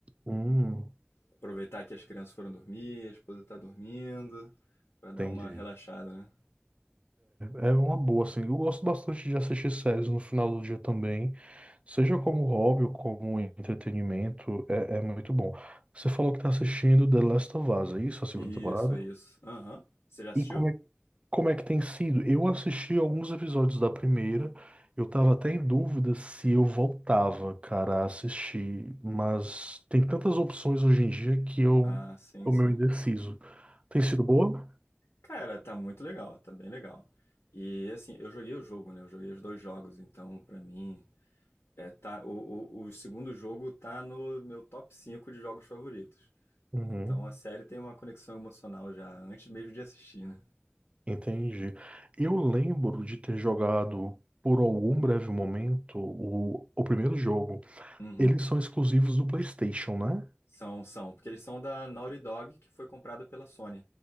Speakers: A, on the right (about 25°); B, on the left (about 80°).
A: Hum,
B: Aproveitar que as crianças foram dormir, a esposa tá dormindo, pra dar
A: entendi.
B: uma relaxada, né?
A: É, é uma boa, assim. Eu gosto bastante de assistir séries no final do dia também, seja como hobby ou como entretenimento, é, é muito bom. Você falou que está assistindo The Last of Us, é isso, a segunda
B: Isso,
A: temporada?
B: isso. Aham. Você já assistiu?
A: E como é Como é que tem sido? Eu assisti alguns episódios da primeira. Eu tava até em dúvida se eu voltava, cara, a assistir. Mas tem tantas opções hoje em dia que eu
B: Ah, sim,
A: tô
B: sim.
A: meio indeciso. Tem sido boa?
B: Cara, tá muito legal, tá bem legal. E assim, eu joguei o jogo, né? Eu joguei os dois jogos, então pra mim É, tá, o, o, o segundo jogo tá no meu top 5 de jogos favoritos.
A: Uhum,
B: Então a série tem uma conexão emocional já antes mesmo de assistir, né?
A: entendi. Eu lembro de ter jogado por algum breve momento o, o primeiro jogo.
B: Uhum.
A: Eles são exclusivos do PlayStation, né?
B: São, são, porque eles são da Naughty Dog, que foi comprada pela Sony.